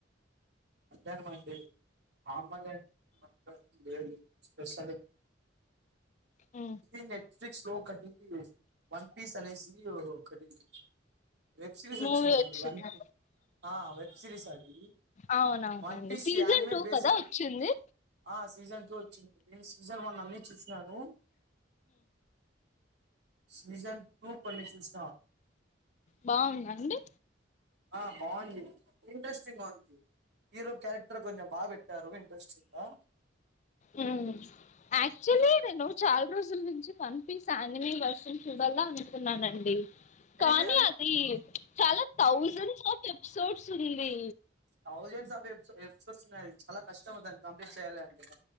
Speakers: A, on the right; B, on the left.
A: మధ్యాహ్నమండి అమ్మాలి అండ్ లేే వస
B: అ
A: ఇది నెట్ఫ్లిక్స్ లో కటింగ్ వన్ పీస్ అనేసి కటింగ్ వెబ్ సిరీస్ వచ్చిందండి
B: మూవీ వచ్చిందా
A: వన్ కి ఆ వెబ్ సిరీస్ అది
B: అవునవునండి
A: వన్ పీస్
B: సీజన్
A: యనిమే
B: టూ
A: బేస్డ్
B: కదా వచ్చింది
A: <unintelligible> ఆ సీజన్ జో వచ్చింది. నేను సీజన్ వన్ అన్ని చూసినాను, సీజన్ టూ కొన్ని చూస్తా
B: బాగుందండి
A: ఆ బాగుంది ఇంట్రెస్టింగ్గా ఉంది హీరో క్యారెక్టర్ కొంచెం బాగ పెట్టారు ఇంట్రెస్టింగ్ గా
B: ఉ యాక్చుల్లీ నేను చాలా రోజుల నుంచి పంపిసన్నీ మీబస్సు చూడలా అనుతున్నానండి కానీ
A: ఏంటి అవి
B: అది చాలా థౌజండ్స్ ఆఫ్ ఎపిసోడ్స్ ఉంది
A: తౌజెన్డ్స్ సో ఎర్స్ ఉన్నాయి అలా కస్టమర్ దాన్ని కంప్లీట్ చేయాలి అం <unintelligible>